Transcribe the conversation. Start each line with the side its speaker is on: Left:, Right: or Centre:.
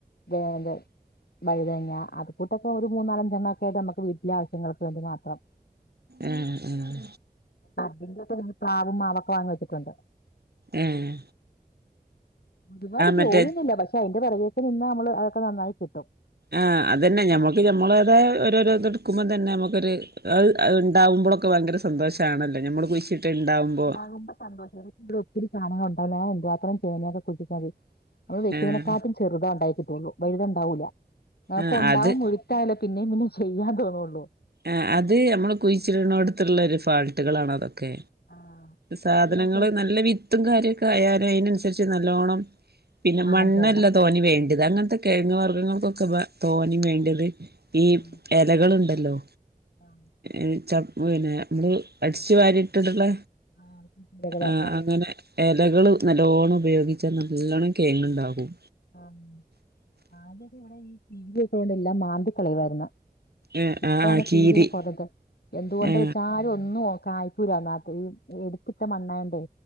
Left: വേലെ വഴുതനങ്ങ അത്കൂട്ടൊക്കെ ഒരു മൂന്നാലഞ്ചേണ്ണകായിട്ട് നമക്ക് വീട്ടിലെ ആവശ്യങ്ങക്ക് വേണ്ടി മാത്രം
Right: ആഹ് ആഹ്
Left: പിന്നെ ന്റെക്കെ പ്രാവും മാളോക്കെ വാങ്ങി വെച്ചിട്ടുണ്ട്
Right: ഏ ഏ
Left: ഒരുപാട് ജോലിയൊന്നുല്ല
Right: മറ്റേ
Left: പഷേ അതിന്റെ പൊറകൊട്ട് നിന്നാ നമ്മള് അതൊക്കെ നന്നായി കിട്ടും..
Right: ആ അതന്നെ ഞമ്മക്ക് ഞമ്മളേതായ ഓരോരോ ത്ടുക്കുമ്പോ തന്നെ നമുക്കൊരു. ഹ്ഹ്. ഉണ്ടാവുമ്പോളൊ ക് ഭയങ്കര സന്തോഷണല്ലോ ഞമ്മള് കുയിച്ചിട്ട്ണ്ടാവുമ്പോ
Left: അപ്പ സന്തോഷറി ഗ്രൂപ്പിൽ സാനങ്ങൾ <unintelligible>
Right: ആഹ്
Left: ചെറുതാണ്ടായ്ട്ട് തോന്നും വലുത്ണ്ടാവൂല ഞങ്ങക്കുണ്ടാവും
Right: ആഹ് അത്
Left: ഒയ് റ്റായാലോ പിന്നെപിന്നെ ചെയ്യാൻ തോന്നൊള്ളൂ.
Right: ആഹ് അത് ഞമ്മള് കുയ്ച്ച്ട്ണോട്ത്ത്ള്ള ഒര് ഫാൾട്ടുകളാണ് അതൊക്കെ
Left: ആഹ്
Right: സാധനങ്ങള്
Left: ഇതിനൊക്കെ
Right: ന്നല്ലേവിത്തും കാര്യയൊക്കെ ആയാല് അയ്നനു സരിച് ന്നല്ലോണം പിന്നെമണ്ണെല്ല
Left: മണം ചേരണം
Right: തോനിവേണ്ടത് അങ്ങൻത്തെ കിഴങ്ങ്ർഗ്ഗങ്ങൾക്കൊക്കെ തോനെ വേണ്ടത് ഈ
Left: ഉം
Right: എലകള്ണ്ടല്ലോ
Left: ആഹ്
Right: ഈ ചപ്പ്പിന്നെ മ്മള് അടിച്ചു വാരിട്ട്ട്ട്ള്ള
Left: ആഹ് ഇലകള്
Right: ആഹ് അങ്ങനെ എലകൾ ന്നല്ലോണ്ണം ഉപയോഗിച്ചാൽ ന്നല്ലോണം കെയങ്ങ്ണ്ടാകും
Left: ആഹ് ആദ്യോക്കെഞാ ഇവിടെ ഈ ടി വി ഇവിടെല്ലാം മാന്തികളയായിരുന്നു
Right: ഏ
Left: ഇപ്പഴാണ്
Right: ആ
Left: റ്റിവിയോക്കെ
Right: കീരി
Left: കുറത് എന്തുകൊണ്ട്
Right: ഏ
Left: വെച്ചാലും ഒന്നും ഓർക്കാത് ക്കൂലല്ലാതെ ഈ, ഈ എടുക്കിട്ട മണ്ണായോണ്ടേ